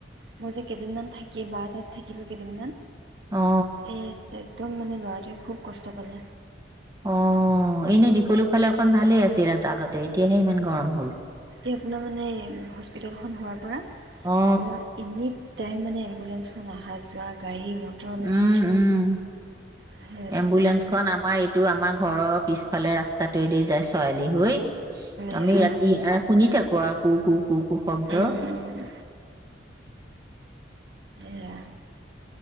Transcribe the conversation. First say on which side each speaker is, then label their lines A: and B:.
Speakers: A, on the right; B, on the right.
A: মই যে কেদিনমান থাকি, বা তাত থাকিলো কেদিনমান
B: অ
A: এ, তেত দম‌ মানে ল'ৰাটোৱে খুৱ কষ্ট পালে।
B: ও এনে দিফুলু ফালে ভালে আছিল আগতে এতিয়াহে ইমান গৰম হল,
A: এএ আপোনাৰ মানে হস্পিতালখন হোৱাৰ পৰা,
B: অ
A: ও এনিটাইম মানে এম্বুলেন্স আহা যোৱা গাড়ী মটৰ মানে
B: উম উম
A: সেইটো
B: এম্বুলেন্স
A: কাৰণে
B: খন আমাৰ এইটো আমাৰ ঘৰৰ পিছফালে ৰাস্তাটোয়ে দি য়ায় ছোৱালী হৈ
A: মিৰা
B: আমি ৰাতি শুনি থাকো আৰু কু কু কুক শদ্ব
A: উম এৰা